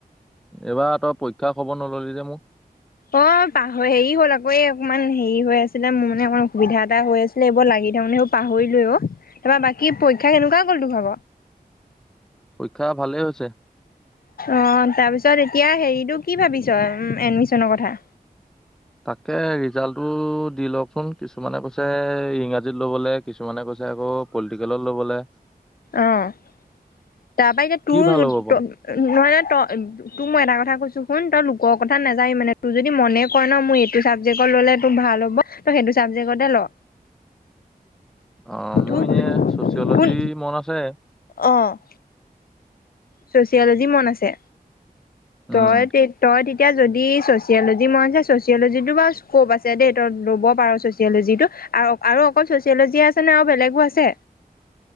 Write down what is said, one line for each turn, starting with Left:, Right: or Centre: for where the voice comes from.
Centre: এইবাৰ তই পৰীক্ষা খবৰ নল'লি যে মোক?
Left: অ', পাহ হেৰি হ'ল আকৌ এই অকমান হেৰি হৈ আছিলে, মোৰ মানে অকমান অসুবিধা এটা হৈ আছে। লেব লাগি তাৰমানে সেই পাহৰিলোৱে অ'। তাৰাপৰা বাকী পৰীক্ষা কেনেকুৱা গ'ল তোৰ? <unintelligible>
Centre: পৰীক্ষা ভালে হৈছে।
Left: অ', তাৰপিছত এতিয়া হেৰিতটো কি ভাবিছ এডমিশ্যনৰ কথা?
Centre: তাকে ৰিজাল্টটো দি লওঁকচোন। কিছুমানে কৈছে, ইংৰাজীত ল'বলৈ কিছুমানে কৈছে আকৌ পলিটিকেলত ল'বলে।
Left: অ', তাৰপা এতিয়া তোৰ,
Centre: কি ভাল
Left: নহয়
Centre: হ'ব বাৰু?
Left: ন' তই তোৰ মই এটা কথা কৈছো শুন, তই লোকৰ কথা নাযাবি মানে। তোৰ যদি মনে কয় ন' মোৰ এইটো চাবজেক্টত ল'লে তোৰ ভাল হ'ব তই সেইটো চামজেক্টতে ল'।
Centre: অ', মোৰ
Left: তোৰ
Centre: এনেই ছ'চিয়'লজি
Left: শুন
Centre: মন আছে।
Left: অ'। চ'চিয়লজি মন আছে। তই
Centre: উম
Left: তে তই এতিয়া যদি চ'চিয়লজি মন আছে চচিয়লজিটো বাৰু স্ক'প আছে দেই ল'ব পাৰ ছচিয়লজিটো আৰু আৰু অকল ছ'চিয়লজিয় আছেনে আৰু বেলেগো আছে?